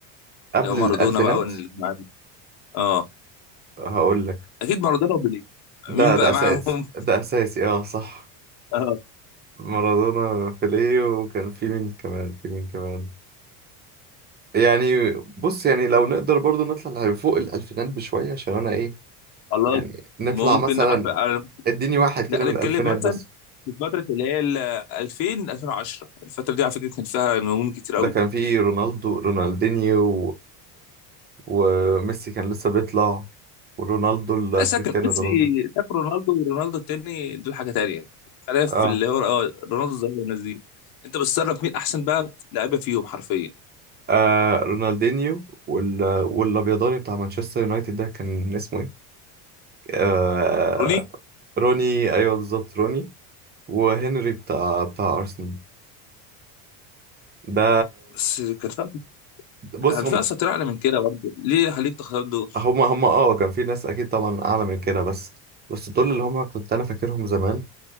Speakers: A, on the right; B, on the left.
A: قبل
B: اللي هو مارادونا
A: الالفينات
B: بقى والجماعه دي. اه
A: هقول لك
B: اكيد مارادونا وبيليه
A: ده
B: مين بقى
A: ده اساسي
B: معاهم
A: ده اساسي اه صح
B: <laughs>
A: مارادونا بيليه وكان في مين كمان في مين كمان يعني بص يعني لو نقدر برضه نطلع فوق الالفينات بشويه عشان انا ايه
B: خلاص
A: يعني نطلع
B: ممكن
A: مثلا
B: عارف عارف-
A: اديني واحد كده
B: لا
A: من
B: نتكلم
A: الالفينات
B: مثلا
A: بس
B: في فتره اللي هي ال 2000 2010 الفتره دي على فكره كان فيها نجوم كتير
A: ده
B: قوي
A: كان فيه رونالدو رونالدينيو وميسي كان لسه بيطلع ورونالدو ال-
B: لا ساكن
A: كريستيانو
B: بس
A: رونالدو
B: ساكن رونالدو ورونالدو التاني دول حاجه تانية خلينا
A: اه,
B: في اللي هو اه رونالدو الظاهره والناس دي انت بتصنف مين احسن بقى لعيبه فيهم حرفيا
A: آه رونالدينيو وال... والابيضاني بتاع مانشستر يونايتد ده كان اسمه ايه آه
B: روني
A: روني ايوه بالظبط روني وهنري بتاع بتاع ارسنال ده
B: بس كان في
A: بص
B: كان
A: هم
B: في اصلا اعلى من كده برضه ليه خليك تختار دول
A: هم هم اه كان في ناس اكيد طبعا اعلى من كده بس بس دول اللي هم كنت انا فاكرهم زمان